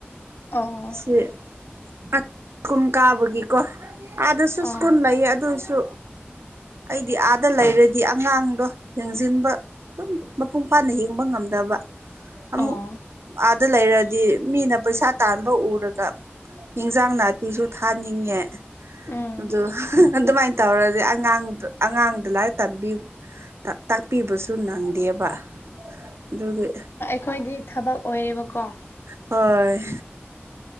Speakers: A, on the left (about 60°); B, on the right (about 80°).
A: ꯑꯣ
B: ꯁꯤ ꯁ꯭ꯀꯨꯜ ꯀꯥꯕꯒꯤꯀꯣ ꯑꯥꯗꯁꯨ
A: ꯑꯣ
B: ꯁ꯭ꯀꯨꯜ ꯂꯩꯌꯦ ꯑꯗꯨꯁꯨ ꯑꯩꯗꯤ ꯑꯥꯗ ꯂꯩꯔꯗꯤ ꯑꯉꯥꯡꯗꯣ ꯌꯦꯡꯁꯤꯟꯕ ꯑꯗꯨꯝ ꯃꯄꯨꯡ ꯐꯥꯅ ꯍꯤꯡꯕ ꯉꯝꯗꯕ ꯑꯃꯨꯛ
A: ꯑꯣ
B: ꯑꯥꯗ ꯂꯩꯔꯗꯤ ꯃꯤꯅ ꯄꯩꯁꯥ ꯇꯥꯟꯕ ꯎꯔꯒ ꯌꯦꯟꯖꯥꯡ ꯅꯥꯄꯤꯁꯨ ꯊꯥꯅꯤꯡꯉꯦ
A: ꯎꯝ
B: ꯑꯗꯨ ꯑꯗꯨꯃꯥꯏꯅ ꯇꯧꯔꯗꯤ ꯑꯉꯥꯡ ꯑꯉꯥꯡꯗ ꯂꯥꯏꯔꯤꯛ ꯇꯝꯕꯤ ꯇꯥꯛꯄꯤꯕꯁꯨ ꯅꯪꯗꯦꯕ ꯑꯗꯨꯒ
A: ꯑꯩꯈꯣꯏꯒꯤ ꯊꯕꯛ ꯑꯣꯏꯔꯤꯕꯀꯣ
B: ꯍꯣꯏ